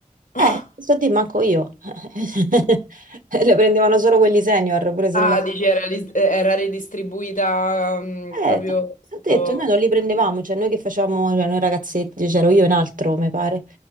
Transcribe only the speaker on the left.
<laughs>
Ah,
dici era, ris- era ridistribuita mm, proprio
sotto...
Capito.